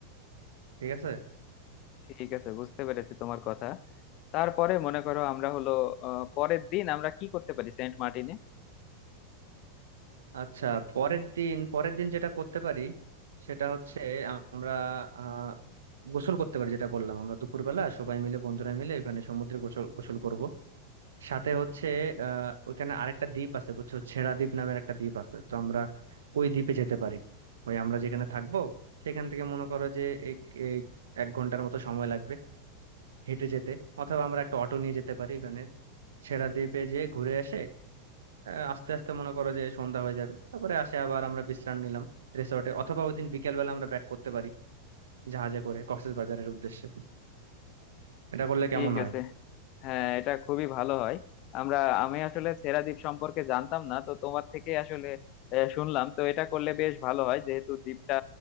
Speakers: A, on the right; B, on the left.
A: ঠিক আছে
B: ঠিক আছে বুঝতে পেরেছি তোমার কথা তারপরে মনে করো আমরা হলো আহ, পরের দিন আমরা কি করতে পারি সেন্ট মার্টিনে
A: আচ্ছা পরের দিন পরের দিন যেটা করতে পারি সেটা হচ্ছে আমরা আহ গোসল করতে পারি যেটা বললাম আমরা দুপুরবেলা সবাই মিলে বন্ধুরা মিলে ওখানে সমুদ্রে গোসল গোসল করব সাথে হচ্ছে আহ ওখানে আরেকটা দ্বীপ আছে বুঝছো ছেড়া দ্বীপ নামের একটা দ্বীপ আছে তো আমরা ওই দ্বীপে যেতে পারি ওই আমরা যেখানে থাকবো সেখান থেকে মনে করো যে এক এক এক ঘন্টার মতো সময় লাগবে হেঁটে যেতে অথবা আমরা একটা অটো নিয়ে যেতে পারি ওখানে ছেড়া দ্বীপে যে ঘুরে আসে আহ, আস্তে আস্তে মনে করো যে সন্ধ্যা হয়ে যাবে তারপরে আসে আবার আমরা বিশ্রাম নিলাম রিসোর্টে অথবা ওই দিন বিকেল বেলা আমরা ব্যাক করতে পারি জাহাজে করে কক্সবাজারের উদ্দেশ্যে এটা করলে
B: ঠিক
A: কেমন হয়
B: আছে হ্যাঁ এটা খুবই ভালো হয় আমরা আমি আসলে সেরাদ্বীপ সম্পর্কে জানতাম না তো তোমার থেকে আসলে আহ, শুনলাম তো এটা করলে বেশ ভালো হয় যেহেতু দ্বীপটা